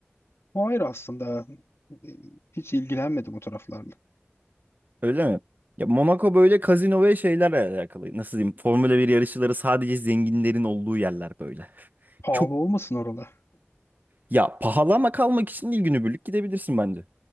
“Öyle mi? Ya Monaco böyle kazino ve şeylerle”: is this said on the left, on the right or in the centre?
Right